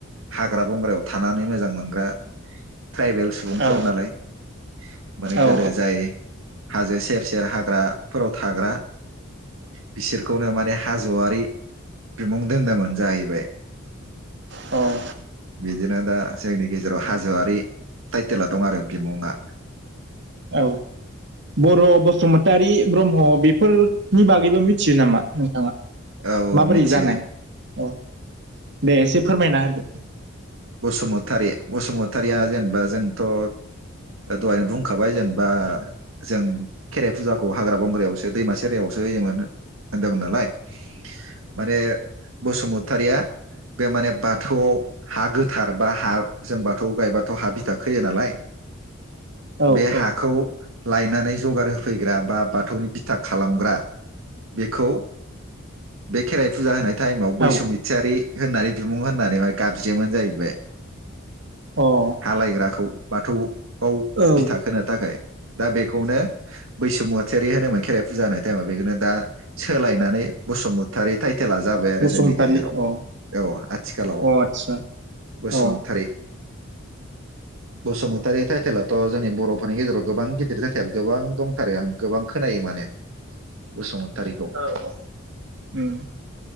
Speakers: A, on the right; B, on the right.
A: हाग्रा बंग्रायाव थानानै मोजां मोनग्रा ट्राइबेल सुबुंफोर
B: औ
A: नालाय माने गोदो
B: औ
A: जाय हाजो सेर सेर हाग्राफोराव थाग्रा बिसोरखौनो माने हाज'वारि बिमुं दोनदोंमोन जाहैबाय
B: औ
A: बिदिनो दा जोंनि गेजेराव हाज'वारि टाइटेला दं आरो बिमुङा
B: औ बर' बसुमतारि ब्रह्म बेफोर नि बागैबो मिथियो नामा नोंथाङा?
A: औ
B: माबोरै
A: मिथियो
B: जानाय औ दे एसे फोरमायना होदो।
A: बसुमतारि बसुमतारिया जेनेबा जोंथ' ओ दहायनो बुंखाबाय जेनेबा जों खेराइ फुजाखौ हाग्रा बंग्रायावसो दैमा सेरायावसो होयोमोन होनदोंमोन नालाय <inaudible> माने बसुमतारिया बे माने बाथौआव हा गोथार बा हा जों बाथौ गायबाथ' हा बिथा खोयो नालाय
B: औ
A: बे
B: औ
A: हाखौ लायनानै जगार होफैग्रा बा बाथौनि बिथा खालामग्रा बेखौ बे खेराइ फुजा होनाय टाइमाव बैसुमैथियारि
B: औ
A: होननानै बिमुं होननानै माने गाबज्रियोमोन जाहैबाय।
B: औ
A: हा लायग्राखौ। बाथौ खौ
B: अ औ
A: बिथा खोनो थाखाय दा बेखौनो बैसुमतियारि होनोमोन खेराइ फुजा होनाय टाइमाव बेखौनो दा सोलायनानै बसुमतारि टाइ टेला जाबाय आरो
B: बसुमतारी
A: जोंनि गेजेराव
B: अ
A: औ आथिखालाव
B: अ आदसा
A: बुसुमतारि।
B: अ
A: बसुमुत तारि टाइटेलाथ' जोंनि बर'फोरनि गेजेराव गोबां गिदिर टाइटेल गोबां दंथारो आं गोबां खोनायो माने। बसुमतारिखौ औ औ
B: उम